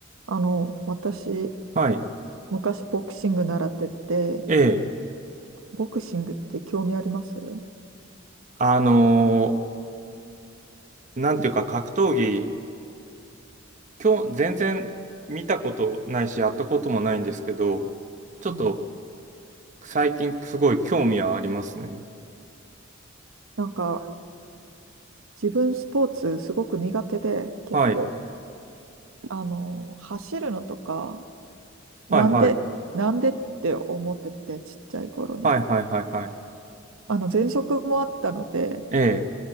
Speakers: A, on the right; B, on the right.
A: あの、私、
B: はい。
A: 昔ボクシング習ってて、
B: ええ。
A: ボクシングって興味あります
B: あのーなんていうか格闘技、今日全然見たことないし、やったこともないんですけど、ちょっと
A: うん。
B: 最近すごい興味はありますね。
A: なんか、自分スポーツすごく苦手で、結構、
B: はい。
A: あの、走るのとか、なんで、
B: はいはい。
A: なんでって思ってて、ちっちゃい頃に。
B: はいはいはいはい。
A: あの、喘息もあったので、
B: ええ。